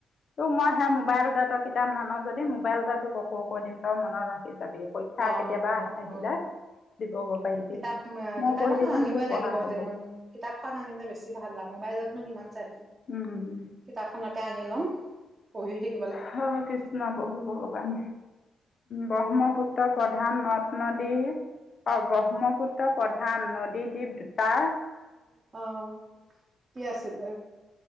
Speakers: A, on the left; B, on the right.
A: তোক মই সেই মোবাইল দেতৰ কিতাপ নান যদি মোবাইল আলা ককো কৈ দিম তই মনত ৰাখি যাবি পৰীক্ষা
B: অ
A: কেতিয়াবা
B: অ
A: আহিলে
B: অ
A: দিবগৈ পাৰিবি
B: কিতাপ
A: মই
B: কিতাপ
A: পঢ়ি
B: এখন
A: থাকিম
B: আনিবই
A: তোৰ
B: লাগিব
A: পঢ়া হ'ব।
B: দে কিতাপ খন আনিলে বেছি ভাল মবাইলত নো কিমান চাই
A: উম
B: কিতাপখনকে আনি লম পঢ়ি থাকি
A: হে কৃষ্ণ প্ৰভু ভগৱান ব্ৰহ্মপুত্ৰ পুত্ৰ প্ৰধান নদ নদীৰ অ ব্ৰহ্মপুত্ৰ প্ৰধান নদী দ্বীপ দুটা
B: অহ কি আছিলে?